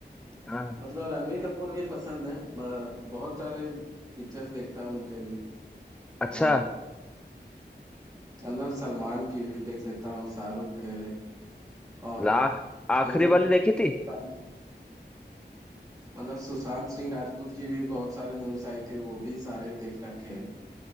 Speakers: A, in the centre; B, on the right.
A: हाँ
B: मतलब रणवीर कपूर भी पसंद है आ, बहुत सारे पिक्चर्स देखता हूँ उनके भी
A: अच्छा
B: और मतलब सलमान की भी देख लेता हूँ शाहरुख के और
A: ला- आखिरी
B: ये जो सुशांत-
A: वाली देखी थी
B: मतलब सुशांत सिंह राजपूत की भी बहुत सारे मूवीज आई थी वो भी सारे देख रखे हैं